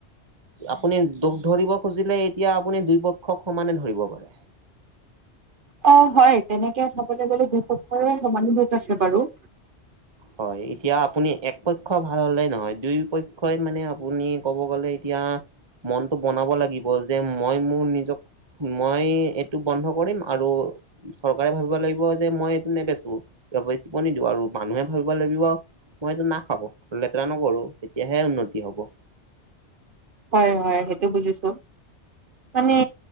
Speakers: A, on the right; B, on the right.
A: আপুনি দোষ ধৰিব খুজিলে এতিয়া আপুনি দুই পক্ষক সমানে ধৰিব পাৰে।
B: অ' হয় তেনেকে চাবলে গলে দুয়োপক্ষৰে সমানে দোষ আছে বাৰু।
A: হয় এতিয়া আপুনি একপক্ষ ভাল হলে নহয় দুই পক্ষই মানে আপুনি ক'ব গলে এতিয়া। মনটো বনাব লাগিব যে মই মোৰ নিজক মই এইটো বন্ধ কৰিম আৰু চৰকাৰে ভাবিব লাগিব যে মই এইটো নেবেচো বেচিব নিদিও আৰু মানুহে। ভাবিব লাগিব মই এইটো নাখাও লেতেৰা নকৰো তেতিয়াহে উন্নতি হব।
B: হয় হয় সেইটো বুজিছো। মানে